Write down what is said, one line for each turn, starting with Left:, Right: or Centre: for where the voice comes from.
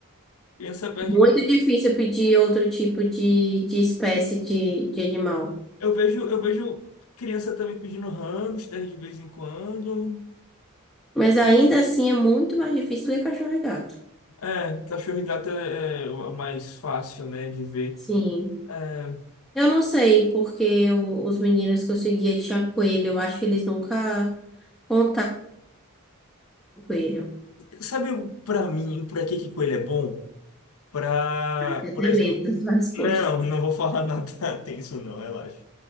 Left: Criança pede
Centre: Muito
Left: cachorro.
Centre: difícil pedir outro tipo de, de espécie de, de animal.
Left: Eu vejo, eu vejo criança também pedindo hamster de vez em quando.
Centre: Mas ainda assim é muito mais difícil do que cachorro e gato.
Left: É, cachorro e gato é, é o mais fácil, né, de ver.
Centre: Sim.
Left: É,
Centre: Eu não sei, porque o- os meninos que eu seguia tinha coelho. Eu acho que eles nunca contaram com coelho.
Left: sabe, pra mim, pra que que coelho é bom? Pra,
Centre: Eu
Left: por
Centre: tenho
Left: exemplo,
Centre: medo da sua resposta.
Left: não, não vou falar nada <laughs> tenso, não, relaxa.